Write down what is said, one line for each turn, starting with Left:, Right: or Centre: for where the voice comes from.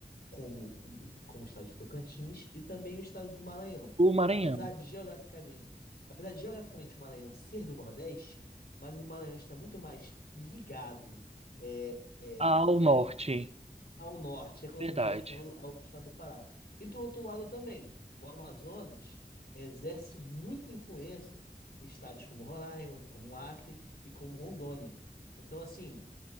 Left: como, o- como o estado de Tocantins e também o estado de Maranhão.
Right: O Maranhão,
Left: Apesar de geograficamente, apesar de geograficamente o Maranhão ser do Nordeste, mas o Maranhão está muito mais ligado. É, é,
Right: ao norte,
Left: ao norte, economicamente
Right: verdade.
Left: falando, ao estado do Pará. E do outro lado também, o Amazonas exerce muita influência em estados como Roraima, como Acre e como Rondônia. Então, assim,